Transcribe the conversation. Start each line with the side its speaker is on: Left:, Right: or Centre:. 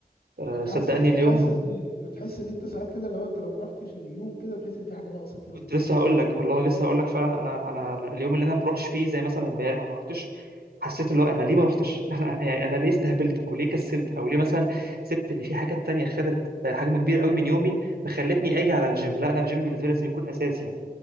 Right: آه،
Left: بتحس
Right: صدقني
Left: بتحس
Right: اليوم
Left: مم، بتحس ان انت ساعات كده لو انت لما رحتش اليوم كده بتحس ان في حاجه ناقصه في يومك
Right: كنت
Left: كده
Right: لسه هقول لك والله لسه هقول لك فعلا انا انا أنا اليوم اللي انا ما بروحش فيه زي مثلا امبارح ما رحتش حسيت اللي هو انا ليه ما رحتش <laughs> انا يعني انا ليه استهبلت او ليه كسلت او ليه مثلا سبت ان في حاجات تانية خدت آه، حجم كبير قوي من يومي فخلتني اجي على الجيم لا انا الجيم بالنسبه لي لازم يكون اساسي يعني